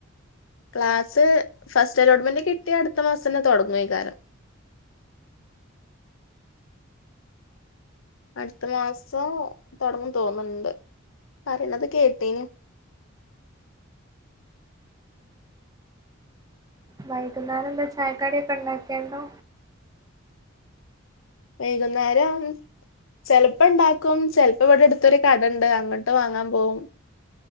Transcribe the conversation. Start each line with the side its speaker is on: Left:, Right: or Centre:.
Left: ക്ലാസ് ഫസ്റ്റ് അലോട്ട്മെന്റ് കിട്ടിയാ അടുത്ത മാസന്നെ തൊട്ങ്ങൊയ്ക്കാരം അട്ത്ത മാസം തോട്ങ്ങും തോന്നുണ്ട് പറിണത് കേട്ടീന്നു
Right: വൈകുന്നേരംന്താ ചായക്കടിക്കെ ണ്ടാക്കിയണ്ടോ
Left: വൈകുന്നേരം ചെലപ്പ ണ്ടാക്കും ചെൽപ്പ വടെ അടുത്തൊര് കടണ്ട് അങ്ങട്ട് വാങ്ങാൻ പോകും